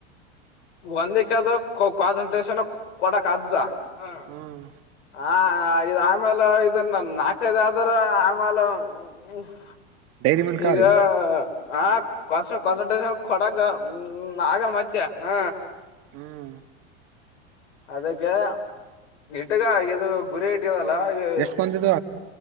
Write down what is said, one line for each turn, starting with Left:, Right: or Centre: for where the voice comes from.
Left: ಒಂದಕ್ಕೆದ ಕೊ ಕಾನ್ಸಂಟ್ರೇಷನ್ ಕ್ ಕೊಡಕ್ ಅದದ್ದ ಅ
Right: ಹ್ಮ್
Left: ಹ ಇದ್ ಆಮೇಲೆ ಇದನ್ನ ನಾಲ್ಕೈದ ಆದ್ರ ಆಮೇಲೆ ಉಹ್
Right: ಡೈರಿ ಮಿಲ್ಕ್
Left: ಈಗ
Right: ಅವ್ರಿ
Left: ಹ ಕನ್ಸ ಕಾನ್ಸಂಟ್ರೇಷನ್ ಕೊಡಕ್ ಹ್ಮ್ ಆಗಲ್ ಮತ್ತೆ ಹ
Right: ಹ್ಮ್
Left: ಅದಕ್ಕೆ ಇಟ್ಟಗ ಇದು ಗುರಿ ಇಟ್ ಡ್ತೀವಲ್ಲ ಅ
Right: ಎಷ್ಟ್ ಬಂದಿದ್ದು